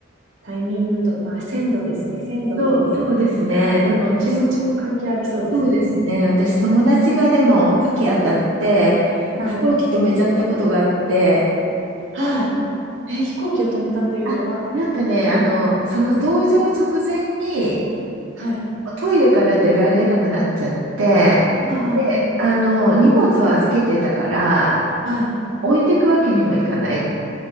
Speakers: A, on the right; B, on the right.
A: タイミングと、まあ、鮮度ですね。鮮度と、
B: そう、そうですね。
A: あとなんか、
B: でも私、
A: 気持ちも関係ありそうですよね。
B: そうですね。私、友達がでも、夏季当たって、
A: はい。
B: 飛行機止めちゃったことがあって、
A: はい。え、飛行機を止めたというのは、
B: あ、なんかね、あの、その搭乗直前に、
A: はい。
B: もうトイレから出られなくなっちゃって、
A: ああ、
B: で、あの、荷物を預けてたから、
A: ああはい。
B: 置いてくわけにもいかない